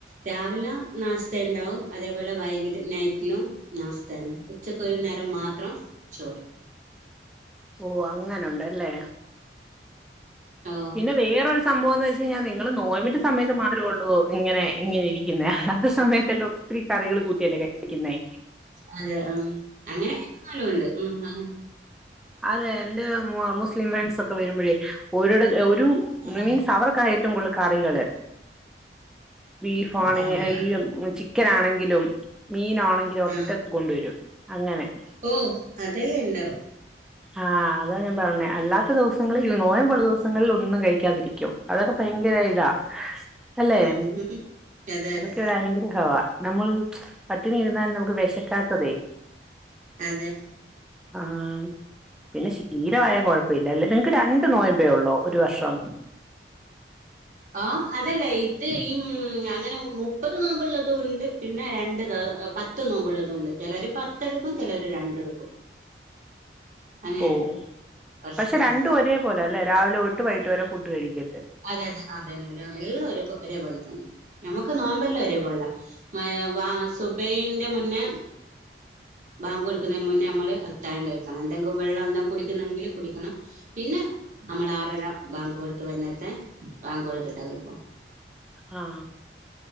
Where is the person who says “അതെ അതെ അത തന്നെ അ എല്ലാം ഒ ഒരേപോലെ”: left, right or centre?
Right